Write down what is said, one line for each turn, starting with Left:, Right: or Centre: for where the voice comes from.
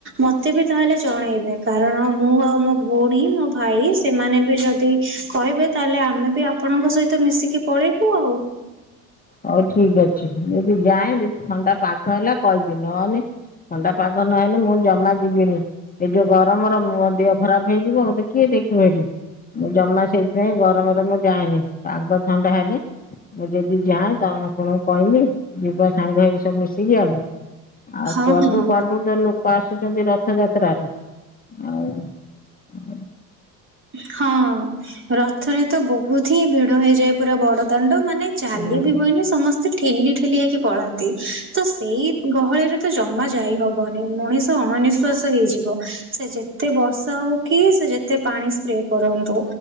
Right: ମତେ ବି ତାହେଲେ ଜଣେଇବେ? କାରଣ ମୁଁ ଆଉ ମୋ ଭୋଉଣୀ ମୋ ଭାଇ ସେମାନେ ବି ଯଦି କହିବେ ତାହେଲେ ଆମେ ବି ଆପଣଙ୍କ ସହିତ ମିଶିକି ପଳେଇ ଉ ଆଉ
Left: ହଉ ଠିକ୍ ଅଛି ଯଦି ଯାଏଁ ଯଦି ଥଣ୍ଡା ପାଗ ହେଲା କହିବି ନହେନେ ଥଣ୍ଡା ପାଗ ନହେଲେ ମୁଁ ଜମା ଯିବିନି ଏ ଯୋଉ ଗରମର ମୁଁହ ଦିହ ଖରାପ ହେଇଯିବ ମତେ କିଏ ଦେଖିବ ଏଠି? ମୁଁ ଜମା ସେଇଥିପାଇଁ ଗରମର ମୁଁ ଯାଏନି। ପାଗ ଥଣ୍ଡା ହେନେ ମୁଁ ଯେଦି ଯାଏଁ ତ ଆପଣଙ୍କୁ କହିମି ଯିବା ସାଙ୍ଗ ହେଇ ସବୁ ମିଶିକି ଆଉ। ଆଉ କ୍ୱାଡ଼ୁ
Right: ହଁ ହଁ
Left: କ୍ୱାଡ଼ୁ ତ ଲୋ ଆସୁଚନ୍ତି ରଥଯାତ୍ରାରେ ଆଉ ଉଁ
Right: ହଁ, ରଥରେ ତ ବହୁତ ହିଁ ଭିଡ଼ ହେଇଯାଏ ପୁରା ବଡ଼ ଦାଣ୍ଡ ମାନେ ଚାଲି
Left: ହୁଁ
Right: ବି ହୁଏନି ସମସ୍ତେ ଠେଲି ଠେଲି ହେକକି ପଳାନ୍ତି ତ ସେଇ ଗହଳିରେ ତ ଜମା ଯାଇ ହ ବନି ମଣିଷ ଅଣନିଶ୍ଵାସ ହେଇଯିବ ସେ ଯେତେ ବର୍ଷା ହଉ କି ସେ ଯେତେ ପାଣି ସ୍ପ୍ରେ କରନ୍ତୁ